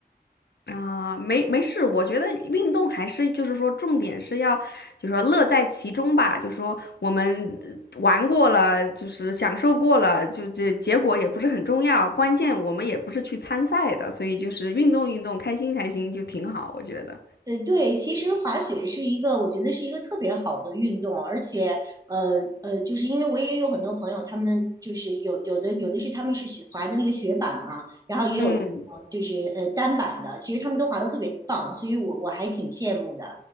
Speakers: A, on the left; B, on the right.
A: 啊，没没事，我觉得运动还是就是说，重点是要就是说乐在其中吧。就说我们呃玩过了，就是享受过了，就这结果也不是很重要，关键我们也不是去参赛的，所以就是运动运动，开心开心就挺好，我觉得。
B: 呃，对，其实滑雪是一个，我觉得是一个特别好的运动，而且，呃呃，就是因为我也有很多朋友，他们就是有有的有的是他们是雪滑的那个雪板嘛，然后也有
A: 嗯，
B: 就是呃单板的，其实他们都滑得特别棒，所以我我还挺羡慕的。